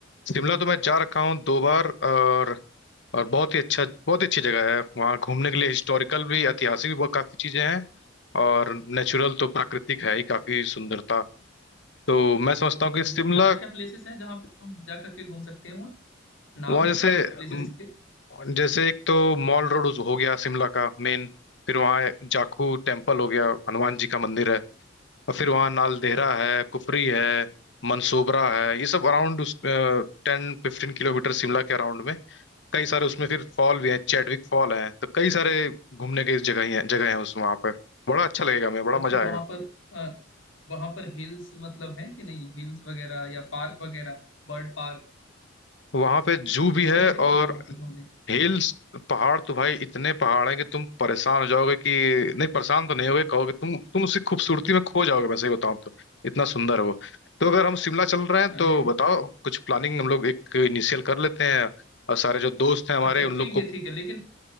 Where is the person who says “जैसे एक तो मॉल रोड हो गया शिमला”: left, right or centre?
Left